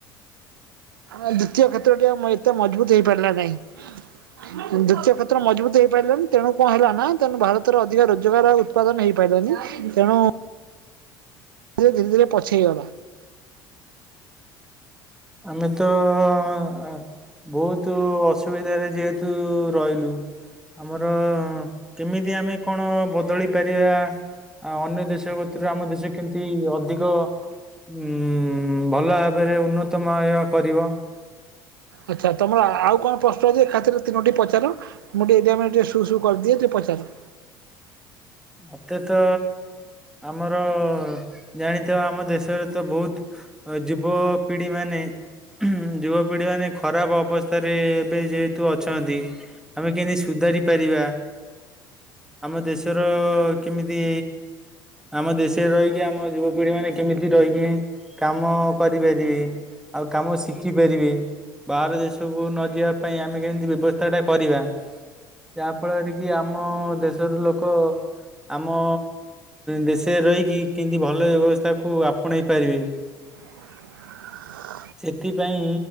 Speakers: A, on the right; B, in the centre.
A: ଆଁ ଦ୍ଵିତୀୟ କ୍ଷେତ୍ର ଟି ଏତେ ମଜବୁତ ହେଇ ପାରିଲା ନାହିଁ। ଦ୍ଵିତୀୟ କ୍ଷେତ୍ର ମଜବୁତ ହେଇ ପାରିଲାନି ତେଣୁ କଣ ହେଲା ନା ତେଣୁ ଭାରତରେ ଅଧିକ ରୋଜଗାର ଉତ୍ପାଦନ ହେଇପାରିଲାନି। ତେଣୁ ଧୀରେ ଧୀରେ ପଛେଇଗଲା।
B: ଆମେତ ଅ ଆଁ ବହୁତ ଅସୁବିଧାରେ ଯେହେତୁ ରହିଲୁ। ଆମର କେମିତି ଆମେ କଣ ବଦଳେଇ ପାରିବା? ଆ ଅନ୍ୟ ଦେଶ ଭିତରେ ଆମ ଦେଶ କେମତି ଅଧିକ। ଉଁ ଭଲ ଭାବରେ ଉନ୍ନତମୟ କରିବ।
A: ଆଚ୍ଛା ତମର ଆଉ କଣ ପ୍ରଶ୍ନ ଅଛି ଏକାଥରେ ତିନୋଟି ପଚାର? ମୁଁ ଟିକେ ଏଇ ଟାଇମ୍ ରେ ଟିକେ ସୁ ସୁ କରିଦିଏ ଟିଏ ପଚାରେ।
B: ମତେ ତ ଆମର ଜାଣିଥିବ ଆମ ଦେଶରେ ତ ବୋହୁତ୍ ଯୁବ ପିଢି ମାନେ ଯୁବପିଢି ମାନେ ଖରାପ ଅବସ୍ଥାରେ ଏବେ ଯେହେତୁ ଅଛନ୍ତି। ଆମେ କେମିତି ସୁଧାରି ପାରିବା। ଆମ ଦେଶ ତ କେମିତି ଆମ ଦେଶରେ ରହିକି ଆମ ଯୁବପିଢି ମାନେ କେମିତି ରହିକି କାମ କରିପାରିବେ ଆଉ କାମ ଶିଖିପାରିବେ। ବାହାର ଦେଶକୁ ନ ଯିବା ପାଇଁ ଆମେ କେମିତି ବ୍ୟବସ୍ଥାଟା କରିବା। ଯାହା ଫଳରେ କି ଆମ ଦେଶର ଲୋକ ଆମ ଦେସେରେ ରହିକି କେମିତି ଭଲ ବ୍ୟବସ୍ଥାକୁ ଆପଣେଇ ପାରିବେ।
A: <inaudible>
B: ସେଥିପାଇଁ